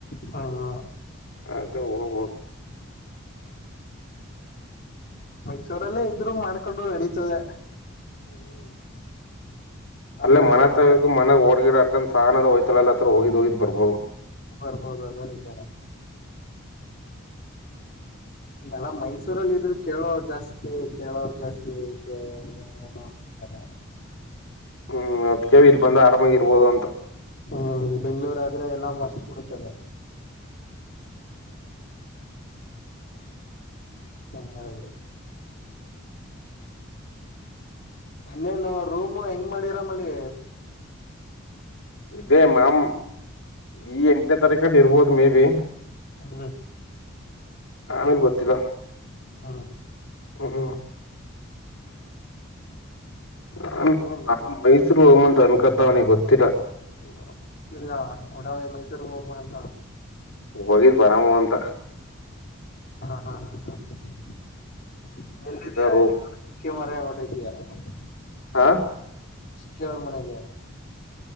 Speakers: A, on the left; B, on the left.
A: ಹಾ ಹ
B: ಅದ ಹ ಹರು
A: ಮೈಸೂರಲ್ಲೇ ಇದ್ರು ಮಾಡ್ಕೊಂಡರು ನಡೀತದೆ ಅಲ್ಲೂ
B: ಅಲ್ಲ ಮ
A: ಯಾವ್ದಲ್ಲ
B: ತ ಮನಗ್ ಹಓಡ್ಗಿಡರ್ಕಂದ ಸಹನದ ಹಯ್ತಾಲ್ಲ ಹತ್ರ ಹೋಗಿದ್ ಹೋಗಿದ್ ಬರ್ಬೋದು
A: ಬರ್ಬೋದು ಅದ ನಿಜಾನ ನಲ್ಲ ಮೈಸೂರಲ್ಲಿ ಇದರು ಕೇಳೋರ್ ಜಾಸ್ತಿ ಕೇಳೋರ್ ಜಾಸ್ತಿ ಹ ಹಂಗಗೆ ತನ್ನ
B: ಹ್ಮ್ ಮತ್ತ ಕೆ ಇಲ್ಲಿ ಬಂದ ಆರಾಮಾಗಿ ಇರ್ಬೋದು ಅಂತ
A: ಹ್ಮ್ ಬೆಂಗ್ಳೂರ್ ಆದ್ರೆ ಎಲ್ಲಾ ಮರ್ಚ್ಬಿಡತುತ್ತದೆ ಅಂಗ ಇನ್ನೇನು ರೂಮ್ ಹೆಂಗ್ ಮಾಡಿರ ಮಲ್ಲಿ
B: ಇದೇ ಮ್ಯಾಮ್ ಈ ಎಂಟನೇ ತಾರೀಕಲ್ಲಿ ಇರ್ಬೋದು ಮೇ ಬಿ
A: ಹ್ಮ್
B: ಆಮಿರ್ ಬತ್ತರ
A: ಹ್ಮ್
B: ಹ್ಮ ನಾ ನಾ ಮೈಸೂರ್ ಹೋಗುವಂತ ಅನ್ಕತಾವನಿಗೆ ಗೊತ್ತಿಲ್ಲ ಏನ್
A: ತಿರ್ಗ ಒಡವೆ ಮೈಸೂರ್ ಹೋಗ್ಬೋಣಂತ
B: ಹೋಗಿದ್ ಬರಾಮ ಅಂತ
A: ಹ ಎವ
B: ಇದಾರು
A: ಓಟ
B: ಹಾ
A: ಚಕ್ಕಿಯವರ ಮನೆಗೆ